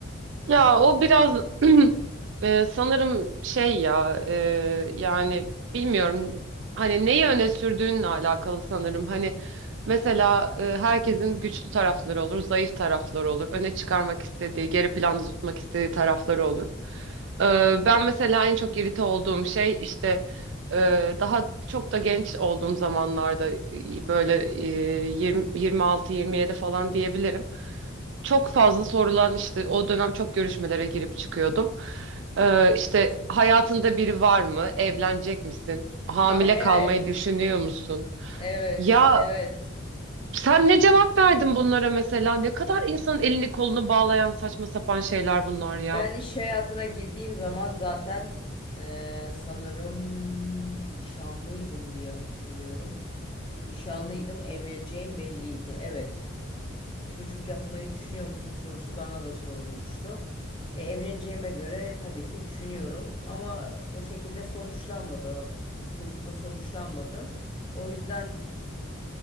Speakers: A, on the right; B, on the left.
A: Ya o biraz <clears throat> e, sanırım şey ya e, yani bilmiyorum hani neyi öne sürdüğünle alakalı sanırım. Hani mesela e, herkesin güçlü tarafları olur, zayıf tarafları olur. Öne çıkarmak istediği, geri planda tutmak istediği tarafları olur. E, ben mesela en çok irite olduğum şey işte e, daha çok da genç olduğum zamanlarda e, böyle e, 20, 26-27 falan diyebilirim çok fazla sorulan işte o dönem çok görüşmelere girip çıkıyordum. Ee, işte hayatında biri var mı? Evlenecek misin? Hamile
B: Ah evet,
A: kalmayı düşünüyor musun?
B: evet,
A: Ya
B: evet.
A: sen ne cevap verdin bunlara mesela? Ne kadar insanın elini kolunu bağlayan saçma sapan şeyler bunlar ya.
B: Ben iş hayatına girdiğim zaman zaten eee, sanırım nişanlıydım diye hatırlıyorum. Nişanlıydım, evleneceğim belliydi. Evet. Çocuk yapmayı düşünüyor musun sorusu bana da sorulmuştu. E, evleneceğime göre tabii ki düşünüyorum ama o şekilde sonuçlanmadı. Çocukla sonuçlanmadı. O yüzden